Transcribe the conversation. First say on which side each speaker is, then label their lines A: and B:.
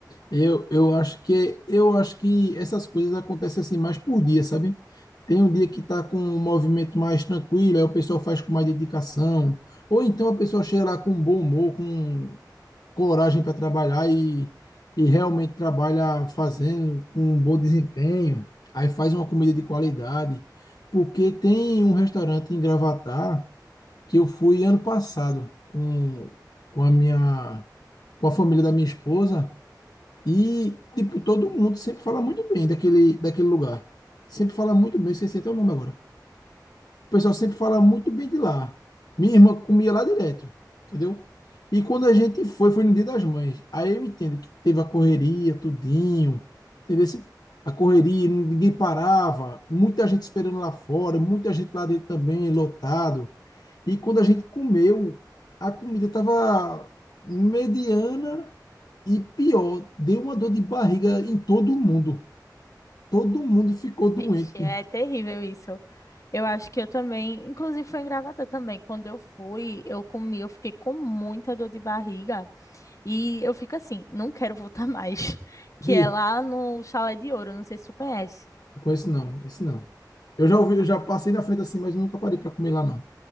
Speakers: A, on the left; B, on the left.
A: eu, eu acho que eu acho que essas coisas acontecem assim mais por dia, sabe? Tem um dia que tá com um movimento mais tranquilo, aí o pessoal faz com mais dedicação, ou então a pessoa chega lá com um bom humor, com um coragem para trabalhar e, e realmente trabalha fazendo com um bom desempenho, aí faz uma comida de qualidade. Porque tem um restaurante em Gravatar que eu fui ano passado com, com a minha, com a família da minha esposa e, tipo, todo mundo sempre fala muito bem daquele, daquele lugar. Sempre fala muito bem, esqueci até o nome agora. O pessoal sempre fala muito bem de lá. Minha irmã comia lá direto, entendeu? E quando a gente foi, foi no Dia das Mães. Aí eu entendo que teve a correria, tudinho, entendeu? Esse- A correria, ninguém parava, muita gente esperando lá fora, muita gente lá dentro também, lotado. E quando a gente comeu, a comida estava mediana e pior, deu uma dor de barriga em todo mundo. Todo mundo ficou doente.
B: Vixe, é terrível isso. Eu acho que eu também, inclusive foi em Gravatá também. Quando eu fui, eu comi, eu fiquei com muita dor de barriga e eu fico assim, não quero voltar mais, <laughs> que
A: Vê,
B: é lá no Chalé de Ouro, não sei se tu conhece.
A: eu conheço não, esse não. Eu já ouvi, eu
B: Ah,
A: já passei na frente assim, mas eu nunca parei para comer lá, não.